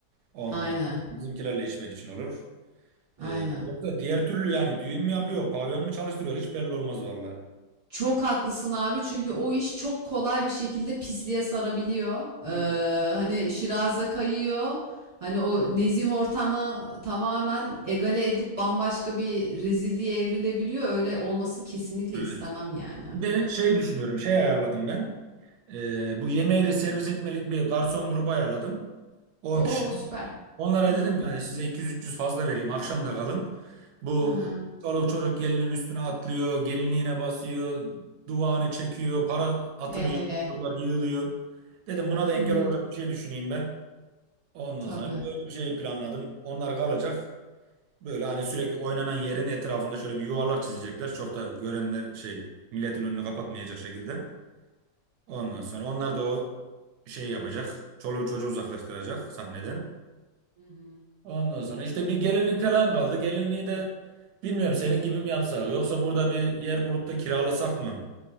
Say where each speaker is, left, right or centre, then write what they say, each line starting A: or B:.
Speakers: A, on the right (about 70°); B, on the right (about 20°).
A: onunla,
B: Aynen,
A: bizimkilerle içmek için olur.
B: aynen.
A: Ee, yoksa diğer türlü yani düğün mü yapıyor, pavyon mu çalıştırıyor hiç belli olmaz vallahi.
B: Çok haklısın abi çünkü o iş çok kolay bir şekilde pisliğe sarabiliyor. Ee,
A: kesinlikle.
B: hani şiraze kayıyor. Hani o nezih ortamı tamamen egale edip bambaşka bir rezilliğe evrilebiliyor. Öyle olması kesinlikle
A: Evet.
B: istemem yani.
A: Bir de şey düşünüyorum, şey ayarladım ben. Ee, bu yemeği de servis etmelik bir garson grubu ayarladım. 10
B: Oo
A: kişi.
B: süper.
A: Onlara
B: Hmm.
A: dedim ki hani size 200-300 fazla vereyim, akşam da kalın. Bu
B: Aha.
A: e, çoluk çocuk gelinin üstüne atlıyor, gelinliğine basıyor, duvağını çekiyor, para atılıyor,
B: He he.
A: çocuklar yığılıyor. Dedim buna da engel
B: Hı hı.
A: olacak bir şey düşüneyim ben. Ondan
B: Tabii.
A: sonra böyle bir şey planladım. Onlar kalacak. Böyle hani sürekli oynanan yerin etrafında şöyle bir yuvarlak çizecekler. Çok da görenler şey milletin önünü kapatmayacak şekilde. Ondan sonra onlar da o şey yapacak. Çoluğu çocuğu uzaklaştıracak sahneden.
B: Hı hı.
A: Ondan sonra işte bir gelinlik falan kaldı. Gelinliği de bilmiyorum senin gibi mi yapsak? Yoksa burada bir yer bulup da kiralasak mı?